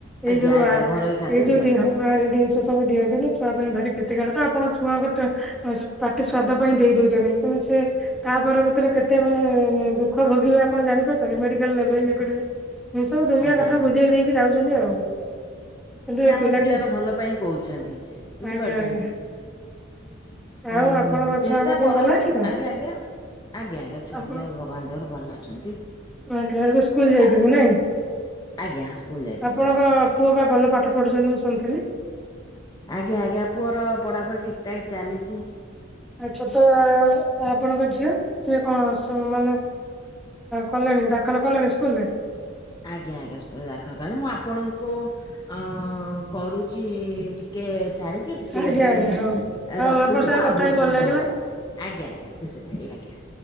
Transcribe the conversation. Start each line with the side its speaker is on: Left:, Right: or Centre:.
Centre: ଏଇ
Left: ଆଜ୍ଞା
Centre: ଯୋଉ
Left: ଆଜ୍ଞା
Centre: ଆ,
Left: ଘରୋଇ ଖାଦ୍ୟ
Centre: ଏଇ ଯୋଉ
Left: ଦିଅନ୍ତୁ
Centre: ଦିହଁ ମାରି ଦେ ସେ ସବୁ ଦିଅନ୍ତୁନି, ଛୁଆ ପାଇଁ ଭାରି କ୍ଷତିକାରକ। ଆପଣ ଛୁଆଙ୍କୁ ତ ଅ, ପାଟି ସ୍ଵାଦ ପାଇଁ ଦେଇ ଦଉଚନ୍ତି। କିନ୍ତୁ ସେ ତା ପରବର୍ତ୍ତୀରେ କେତେ ମାନେ ଦୁଃଖ ଭୋଗିବେ ଆପଣ ଜାଣିପାରୁଛନ୍ତି। ମେଡିକାଲ୍ ନେବେ ଇଏ କରିବେ। ଏ ସବୁ ଦୁନିଆ
Left: ଆଜ୍ଞା
Centre: କଥା ବୁଝେଇ ଦେଇକି ଯାଉଚନ୍ତି ଆଉ। କିନ୍ତୁ
Left: ସେ
Centre: ଏ
Left: ଆମ
Centre: ପିଲାଟି
Left: ପିଲାର ଭଲ ପାଇଁ କହୁଚନ୍ତି ବୁଝିପାରୁଚନ୍ତି।
Centre: ଆଜ୍ଞା ଆଜ୍ଞା ଆଉ
Left: ଆଉଁ,
Centre: ଆପଣଙ୍କ
Left: ହାଁ ଚେଷ୍ଟା
Centre: ଛୁଆଙ୍କ ଦେହ
Left: କରନ୍ତୁ,
Centre: ଭଲ ଅଛି ତ?
Left: ଆଜ୍ଞା, ଆଜ୍ଞା, ଆଜ୍ଞା, ଆଜ୍ଞା ଛୁଆଙ୍କ
Centre: ଆପଣ
Left: ଦେହ ଭଗବାନ ଦୟାରୁ ଭଲ ଅଛନ୍ତି।
Centre: ଆଜ୍ଞା ଏବେ ସ୍କୁଲ ଯାଇଛନ୍ତି
Left: ଓ,
Centre: ନାଇଁ
Left: ଆଜ୍ଞା ସ୍କୁଲ୍ ଯାଇଛନ୍ତି।
Centre: ଆପଣଙ୍କ ପୁଅ ବା ଭଲ ପାଠ ପଢୁଛନ୍ତି ମୁଁ ଶୁଣିଥିଲି?
Left: ଆଜ୍ଞା, ଆଜ୍ଞା ପୁଅର ପଢାପଢି ଠିକ୍ ଠାକ୍ ଚାଲିଚି।
Centre: ଆଉ ଛୋଟ ଅ ଆପଣଙ୍କ ଝିଅ ସିଏ କଣ ସେ ମାନେ ଅ, କଲେଣି ଦାଖଲ କଲେଣି ସ୍କୁଲ୍ ରେ?
Left: ଆଜ୍ଞା, ଆଜ୍ଞା ସ୍କୁଲ୍ ରେ ଦାଖଲ କଲିଣି। ମୁଁ ଆପଣଙ୍କୁ ଅ, କରୁଚି ଟି କେ ଛାଡିକି, ଟିକେ
Centre: ଆଜ୍ଞା
Left: ଏବେ
Centre: ଆଜ୍ଞା
Left: ଏ
Centre: ହଉ ହଉ
Left: ରଖୁଛି।
Centre: ଆପଣଙ୍କ ସାଙ୍ଗେ
Left: ମା
Centre: କଥା
Left: ବହୁତ
Centre: ହେଇ ଭଲ
Left: ବହୁତ
Centre: ଲାଗିଲା।
Left: ଧନ୍ୟବାଦ। ଆଜ୍ଞ, ଆଜ୍ଞ ଖୁସି ନାଗିଲା ଆଜ୍ଞା।